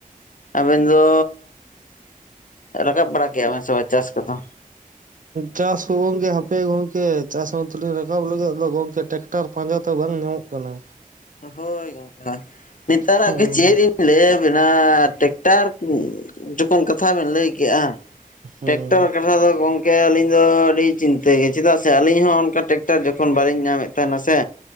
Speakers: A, on the left (about 65°); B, on the right (about 65°).
A: ᱟᱵᱮᱱ ᱫᱚ, ᱨᱟᱠᱟᱵ ᱵᱟᱲᱟ ᱠᱮᱜᱼᱟ ᱵᱮᱱ ᱥᱮ ᱵᱟᱝ ᱪᱟᱥ ᱠᱚᱫᱚ?
B: ᱪᱟᱥ ᱦᱚᱸ ᱜᱚᱝᱠᱮ ᱦᱟᱯᱮ ᱜᱚᱝᱠᱮ ᱪᱟᱥ ᱢᱟᱛᱚ ᱨᱟᱠᱟᱵ ᱞᱟᱹᱜᱤᱫ ᱟᱫᱚ ᱜᱚᱢᱠᱮ ᱴᱮᱠ ᱴᱟᱨ ᱯᱟᱸᱡᱟ ᱛᱮ ᱵᱟᱝ ᱧᱟᱢᱚᱜ ᱠᱟᱱᱟ᱾
A: ᱦᱳᱭ ᱜᱚᱢᱠᱮ ᱦᱳᱭ ᱱᱮᱛᱟᱨᱟᱜ
B: ᱦᱩᱸ
A: ᱜᱮ ᱪᱮᱫ ᱞᱤᱧ ᱞᱟᱹᱭᱟᱵᱤᱱᱟ ᱴᱮᱠᱴᱟᱨ
B: ᱦᱩᱸ
A: ᱡᱚᱠᱷᱚᱱ ᱠᱟᱛᱷᱟ ᱵᱮᱱ ᱞᱟᱹᱭ ᱠᱮᱜ-ᱟ᱾
B: ᱦᱩᱸ
A: ᱴᱮᱠᱴᱟᱨ ᱠᱟᱛᱷᱟ ᱫᱚ ᱜᱚᱝᱠᱮ ᱟᱹᱞᱤᱧ ᱫᱚ ᱟᱹᱰᱤ ᱪᱤᱱᱛᱟᱹᱜᱮ ᱪᱮᱫᱟᱜ ᱥᱮ ᱟᱹᱞᱤᱧ ᱦᱚᱸ ᱚᱱᱠᱟ ᱛᱮ ᱮᱴᱟᱜ ᱡᱚᱠᱷᱚᱱ ᱵᱟᱹᱞᱤᱧ ᱧᱟᱢᱮᱫ ᱛᱟᱦᱮᱱᱟ ᱥᱮ